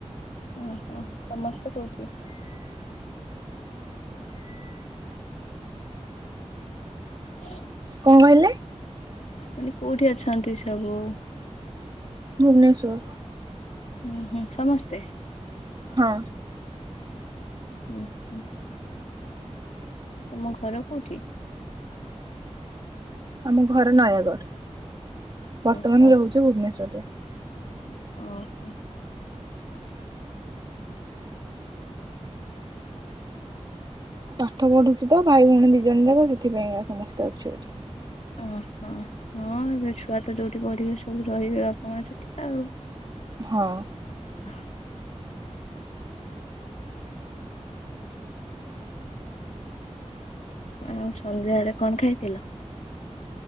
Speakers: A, on the left (about 75°); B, on the right (about 40°).
A: ଓହୋ! ସମସ୍ତେ କଉଠି? ହଁ
B: କଁ କହିଲେ?
A: ମାନେ, କୋଉଠି ଅଛନ୍ତି ସବୁ?
B: ଭୁବନେଶ୍ୱର।
A: ଉଁ, ହୁଁ ସମସ୍ତେ?
B: ହଁ।
A: ଉଁ ହୁଁ। ତମ ଘର କୋଉଠି?
B: ଆମ ଘର ନୟାଗଡ଼। ବର୍ତ୍ତମାନ
A: ଓହୋ
B: ରହୁଛୁ ଭୁବନେଶ୍ୱରରେ।
A: ଅଁ ହୋ।
B: ପାଠ ପଢୁଛି ତ, ଭାଇ ଭଉଣୀ ଦି ଜଣ ଯାକ। ସେଥିପାଇଁକା ସମସ୍ତେ ଅଛୁ ଏଠି।
A: ଅ ହଁ, ହଁ ଏବେ ଛୁଆ ତ ଯୋଉଠି ପଢ଼ିବେ, ସବୁ ରହିବେ ବାପା, ମାଁ ସେଠି ଆଉ।
B: ହଁ।
A: ହୁଁ ଆଉ, ସନ୍ଧ୍ୟାଏଳେ କଣ ଖାଇଥିଲ?